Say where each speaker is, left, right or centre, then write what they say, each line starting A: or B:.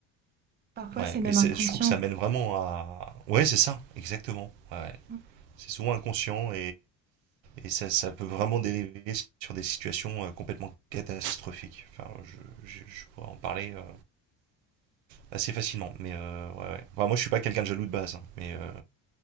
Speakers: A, on the right; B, on the right.
A: Parfois,
B: Ouais,
A: c'est même
B: mais c'est-
A: inconscient.
B: je trouve que ça mène vraiment à. Ouais, c'est ça, exactement. Ouais.
A: Mm.
B: C'est souvent inconscient et ça, ça peut vraiment dériver sur des situations euh, complètement catastrophiques. Enfin, je, je, je pourrais en parler euh, assez facilement. Mais euh, ouais, ouais. Enfin, moi, je suis pas quelqu'un de jaloux de base. hein, mais euh,